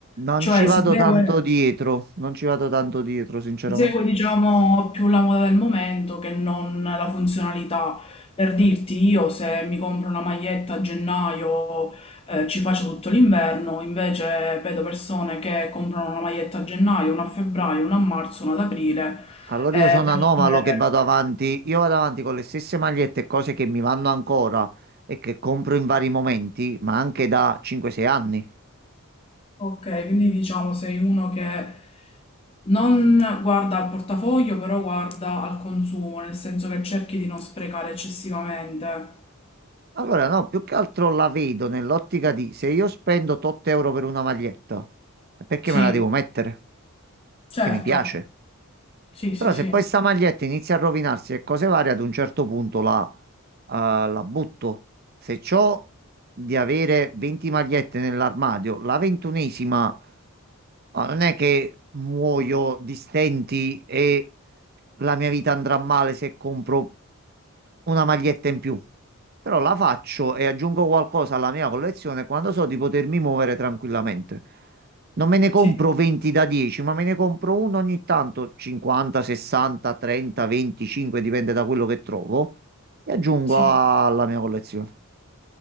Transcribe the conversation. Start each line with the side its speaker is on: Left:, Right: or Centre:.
Right: Non
Left: cioè
Right: ci vado
Left: si segue...
Right: tanto dietro, non ci vado tanto dietro, sinceramente.
Left: Segue, diciamo, più la moda del momento che non la funzionalità. Per dirti, io se mi compro una maglietta a gennaio, eh, ci faccio tutto l'inverno, invece vedo persone che comprano una maglietta a gennaio, una a febbraio, una a marzo, una ad aprile,
Right: Allora
Left: e
Right: io sono
Left: devono
Right: anomalo
Left: avere...
Right: che vado avanti, io vado avanti con le stesse magliette e cose che mi vanno ancora e che compro in vari momenti, ma anche da 5-6 anni.
Left: Ok, quindi diciamo sei uno che non guarda al portafoglio, però guarda al consumo, nel senso che cerchi di non sprecare eccessivamente.
Right: Allora no, più che altro la vedo nell'ottica di se io spendo 8 euro per una maglietta, è perché
Left: Sì,
Right: me la devo mettere?
Left: certo.
Right: Che mi piace.
Left: Sì,
Right: Però
Left: sì, sì.
Right: se poi sta maglietta inizia a rovinarsi e cose varie, ad un certo punto la, eh, la butto. Se c'ho di avere 20 magliette nell'armadio, la ventunesima Ma non è che muoio di stenti e la mia vita andrà male se compro una maglietta in più. Però la faccio e aggiungo qualcosa alla mia collezione quando so di potermi muovere tranquillamente. Non me ne compro
Left: Sì,
Right: 20 da 10, ma me ne compro uno ogni tanto, 50, 60, 30, 25, dipende da quello che trovo, e aggiungo
Left: sì.
Right: alla mia collezione.